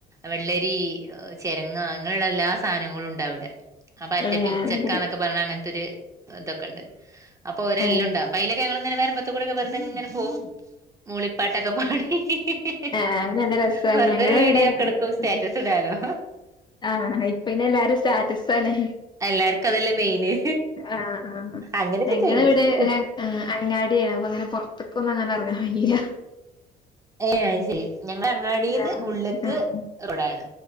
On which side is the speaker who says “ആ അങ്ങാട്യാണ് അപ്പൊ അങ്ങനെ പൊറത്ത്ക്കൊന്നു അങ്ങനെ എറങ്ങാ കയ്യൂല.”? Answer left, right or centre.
Left